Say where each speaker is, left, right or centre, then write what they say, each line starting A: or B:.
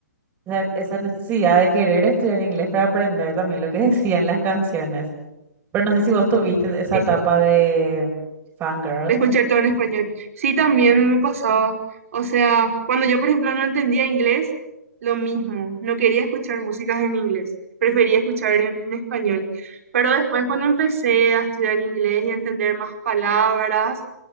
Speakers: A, on the right (about 20°); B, on the right (about 55°).
A: esa, esa necesidad de querer estudiar inglés para aprender también lo que <laughs> decían las canciones. Pero no sé si vos tuviste esa
B: Sí,
A: etapa
B: sí, sí.
A: de fangirl.
B: De escuchar todo en
A: así,
B: español. Sí, también me pasaba. O sea, cuando yo, por ejemplo, no entendía inglés, lo mismo. No quería escuchar músicas en inglés. Prefería escuchar en, en español. Pero después, cuando empecé a estudiar inglés y a entender más palabras,